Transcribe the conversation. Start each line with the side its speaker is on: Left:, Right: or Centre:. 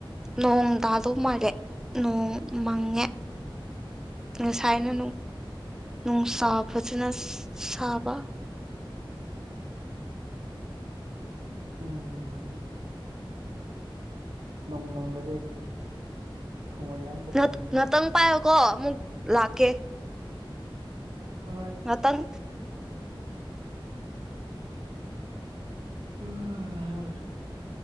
Centre: ꯅꯣꯡ ꯇꯥꯗꯧ ꯃꯥꯜꯂꯦ ꯅꯣꯡ ꯃꯪꯉꯦ ꯉꯁꯥꯏꯅ ꯅꯨꯡꯁꯥ ꯐꯖꯅ ꯁꯥꯕ
Right: ꯎꯝ ꯅꯣꯡ ꯃꯪꯂꯗꯤ ꯍꯋꯥꯏ ꯌꯥꯝ ꯊꯣꯛꯄꯅꯦ
Centre: ꯉꯥ ꯉꯥꯛꯇꯪ ꯄꯥꯏꯌꯣꯀꯣ ꯑꯃꯨꯛ ꯂꯥꯛꯀꯦ
Right: ꯍꯣꯏ
Centre: ꯉꯥꯇꯪ
Right: ꯑꯍ <unintelligible> <inaudible>